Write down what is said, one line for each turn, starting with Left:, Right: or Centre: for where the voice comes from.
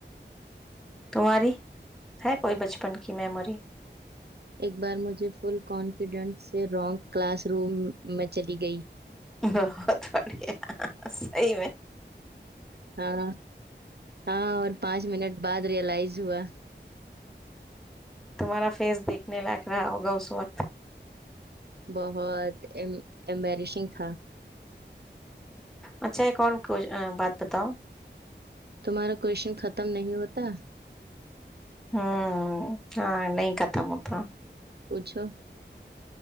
Centre: تمہاری ہے کوئی بچپن کی میمی
Right: ایک بار مجھے فل کانفیڈنس سے رانگ کلاس روم میں چلی گئی
Centre: بہت بڑیا صحیح میں
Right: ہاں ہاں پانچ منٹ بعد ریئلائز ہوا
Centre: تمہارا فیس دیکھنے لائق رہا ہوگا اس وقت
Right: بہت ایمبیرسنگ تھا
Centre: اچھا ایک اور کو بات بتاؤ
Right: تمہارا کویشچن ختم نہیں ہوتا
Centre: ہوں ہاں نہیں کتا م تو
Right: پوچھو